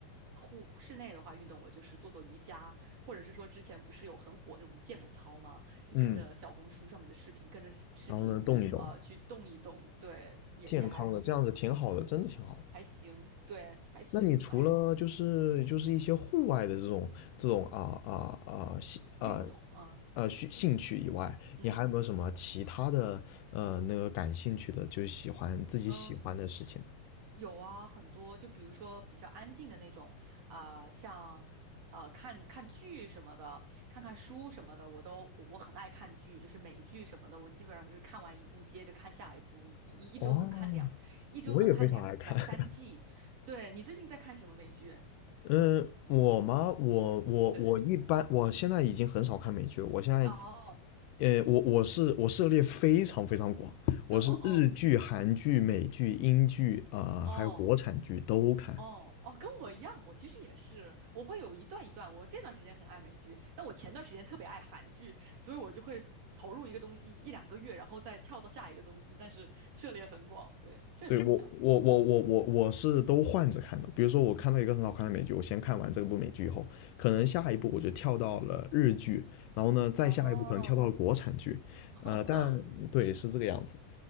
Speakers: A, on the right; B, on the left.
A: 户室内的话运动，我就是做做瑜伽，或者是说之前不是有很火那种健美操吗？就跟着小红书上面的视频，
B: 嗯，
A: 跟着视视频，
B: 然后呢，动一动，
A: 呃，去动一动，对，也也还
B: 健康的，这样子挺好的，真的挺好的。
A: 还行，对，还行，
B: 那你除了就是就是一些户外的这种这种啊啊啊兴啊
A: 哎，运动啊，
B: 啊兴兴趣以外，
A: 嗯
B: 你还有没有什么其他的呃那个感兴趣的，就是喜欢自己喜欢的事情呢？
A: 嗯嗯。有啊，很多，就比如说比较安静的那种，啊、像呃看看剧什么的，看看书什么的，我都我我很爱看剧，就是美剧什么的，我基本上就是看完一部接着看下一部，一一一周能看两，
B: 哦，
A: 一周能看两两三季。
B: 我也非常爱看。<laughs>
A: 对，你最近在看什么美剧？
B: 嗯，我吗？我我我一般，
A: 对，
B: 我现在已经很少看美剧了。我现在，
A: 哦，
B: 呃，我我是我涉猎非常非常广，
A: 嗯哦哦
B: 我是日剧、韩剧、美剧、英剧啊、
A: 哦。
B: 还有国产剧都看。
A: 哦哦，跟我一样，我其实也是，我会有一段一段。我这段时间很爱美剧，但我前段时间特别爱韩剧，所以我就会投入一个东西一两个月，然后再跳到下一个东西，但是涉猎很广，对，这很像。
B: 对我我我我我我是都换着看的。比如说我看到一个很好看的美剧，我先看完这部美剧以后，可能下一步我就跳到了日剧，然后呢再下一步可能跳到了国产剧，
A: 哦，<laughs>
B: 呃，但对是这个样子。